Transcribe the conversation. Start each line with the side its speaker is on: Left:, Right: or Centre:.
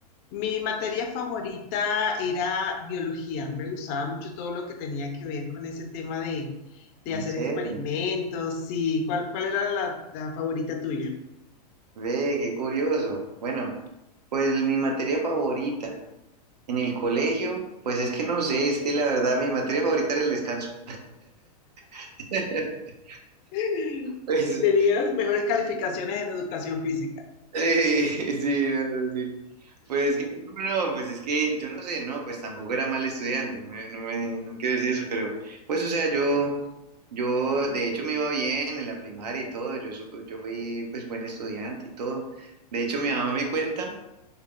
Left: Mi materia favorita era biología. Me gustaba mucho todo lo que tenía que ver con ese tema de, de
Right: En
Left: hacer
Right: serio,
Left: experimentos. y ¿cuál, cuál era la, la favorita tuya?
Right: ve, qué curioso. Bueno, pues mi materia favorita. En el colegio, pues es que no sé, es que la verdad mi materia favorita era el descanso. <laughs>
Left: <laughs>
Right: Pues,
Left: Y tenías mejores calificaciones en educación física.
Right: eh, <laughs> sí, no, sí. Pues que, no, no, no, pues es que yo no sé, no, pues tampoco era mal estudiante, no, me- no, me- no quiero decir eso, pero pues o sea, yo, yo de hecho me iba bien en la primaria y todo, yo, supo- yo fui pues buen estudiante y todo. De hecho mi mamá me cuenta